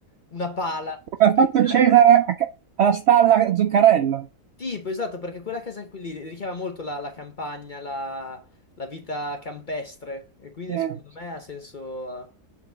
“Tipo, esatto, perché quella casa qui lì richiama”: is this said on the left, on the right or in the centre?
Left